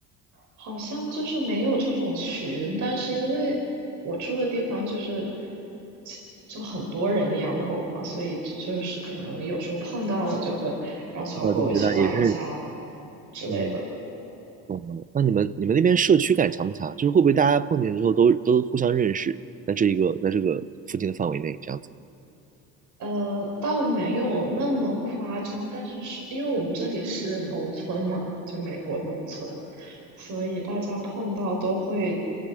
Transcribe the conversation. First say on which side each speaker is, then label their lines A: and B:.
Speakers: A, on the right; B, on the right.
A: 好像就是没有这种群，但是因为我住的地方就是其就很多人养狗嘛，所以就就是可能有时候碰到了就会让小狗一起玩一下
B: 碰到就会大家也认识
A: 之类的。
B: 嗯，懂了。那你们你们那边社区感强不强？就是会不会大家碰见之后都都互相认识，在这一个在这个附近的范围内这样子？
A: 呃，倒没有那么夸张，但是是因为我们这里是农村嘛，就美国农村，所以大家碰到都会